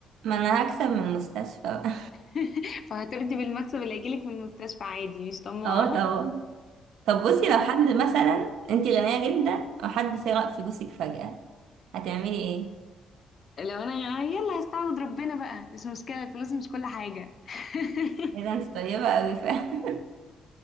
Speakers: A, on the right (about 80°); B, on the left (about 50°).
A: ما انا هكسب من المستشفى بقى
B: <laughs> فهترضي بالمكسب اللي هيجيلك من المستشفى عادي مش
A: <laughs>
B: طماعه
A: اه طبعا طب بصي لو حد مثلا انتي غنية جدا وحد سرق فلوسك فجأة هتعملي ايه
B: لو انا يلا هستعوض ربنا بقى مش مشكله الفلوس مش كل حاجه <laughs>
A: ايه ده انت طيبة اوي فعلا